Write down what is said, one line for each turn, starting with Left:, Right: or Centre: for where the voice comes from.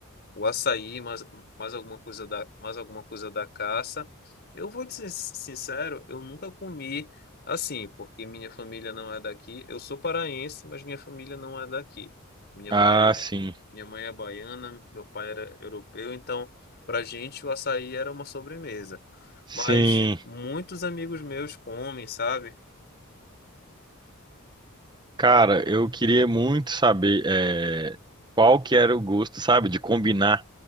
Left: o açaí, mais, mais alguma coisa da, mais alguma coisa da caça. Eu vou te ser sincero, eu nunca comi assim, porque minha família não é daqui. Eu sou paraense, mas minha família não é daqui. Minha
Right: Ah,
Left: mãe é, é-
Right: sim.
Left: minha mãe é baiana, meu pai era europeu, então pra gente o açaí era uma sobremesa.
Right: Sim,
Left: Mas muitos amigos meus comem, sabe?
Right: cara, eu queria muito saber eh, qual que era o gosto, sabe, de combinar